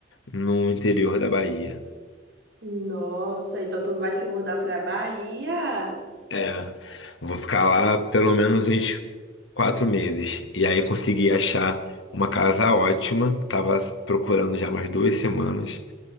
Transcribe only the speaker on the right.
Nossa, então tu vai se mudar pra Bahia?